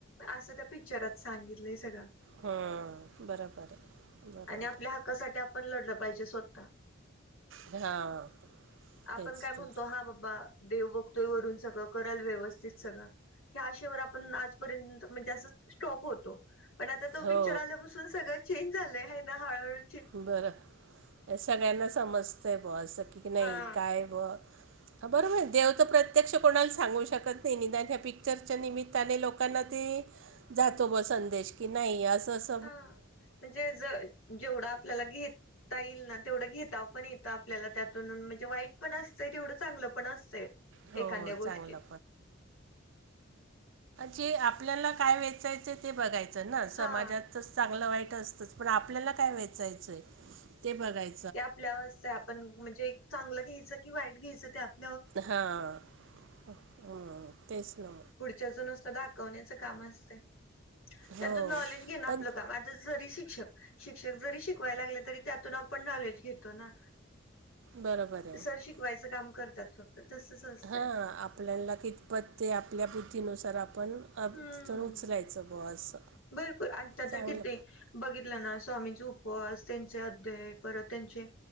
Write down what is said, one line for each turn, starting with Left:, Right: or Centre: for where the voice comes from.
Left: असं त्या पिक्चरात सांगितलंय सगळं.
Right: हा बराबर आहे. बरोबर
Left: आणि
Right: आहे
Left: आपल्या हक्कासाठी आपण लढलं पाहिजे स्वतः.
Right: हां
Left: आपण
Right: तेच
Left: काय म्हणतो
Right: तेच
Left: हा बाबा देव बघतोय वरून सगळं कराल व्यवस्थित सगळं ह्या आशेवर आप पण आज पर्यंत म्हणजे असं स्टॉप होतो पण आता तो पिक्चर
Right: हो
Left: आल्यापासून सगळं चेंज झालंय. हाय ना हळळ
Right: बरं या सगळ्यांना समजतंय ब असं की नाही
Left: हा
Right: काय ब हा बरोबर देव तर प्रत्यक्ष कोणाला सांगू शकत नाही निदांत ह्या पिक्चरच्या निमित्ताने लोकांना ती जातो ब संदेश की नाही असंस
Left: हा म्हणजे ज जेवढं आपल्याला घेत ताईल ना तेवढं घेता आपण येतं आपल्याला त्यातून म्हणजे वाईट पण असतंय तेवढं चांगलं पण असतंय.
Right: हो
Left: एखाद्या गोष्टीत
Right: चांगला जे आपल्याला काय वेचायचे ते बघायचं ना
Left: हा
Right: समाजात तसं चांगलं वाईट असतंच पण आपल्याला काय वेचायचंय ते बघाय
Left: ते आपल्यावरस आहे आपण म्हणजे एक चांगलं घ्यायचं की वाईट घ्यायचं ते आप
Right: हां हा तेच ना.
Left: पुढच्याच जुनसचं दाखवण्याचं कामं असतय. त्यातून
Right: हो
Left: नॉलेज घेण आपलं
Right: पण
Left: काम आता जरी शिक्षक शिक्षक जरी शिकवायला लागले तरी त्यातून आपण नॉलेज घेतो ना
Right: बरोबर आहे
Left: सर शीक वयचं काम करत्यात फक् ते तसच असतंय
Right: हा आपल्याला कित पत ते आपल्या बुद्धीनुसार आपण अप
Left: हम्म
Right: तिथून उचलायचं बुवा असं
Left: भरपूर आता तर
Right: चांगलं
Left: किती बघितलं ना स्वामींचे उपवास त्यांचे अध्याय परत त्यांचे